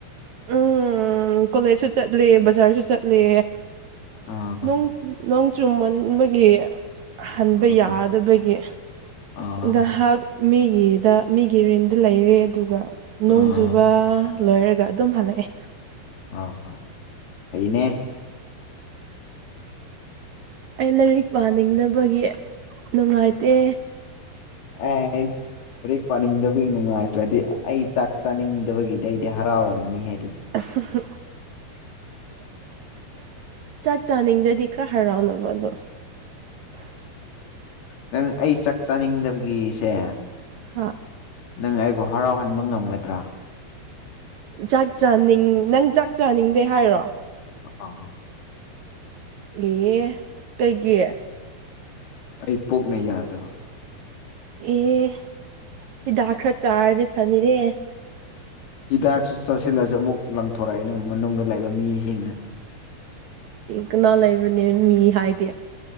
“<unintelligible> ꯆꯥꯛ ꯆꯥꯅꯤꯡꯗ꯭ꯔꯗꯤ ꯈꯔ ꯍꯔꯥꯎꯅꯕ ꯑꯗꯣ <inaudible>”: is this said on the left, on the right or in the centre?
Right